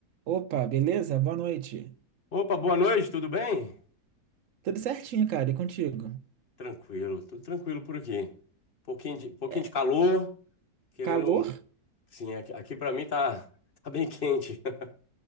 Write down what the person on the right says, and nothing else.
Opa, beleza? Boa noite.
Tudo certinho, cara, e contigo?
É,
calor?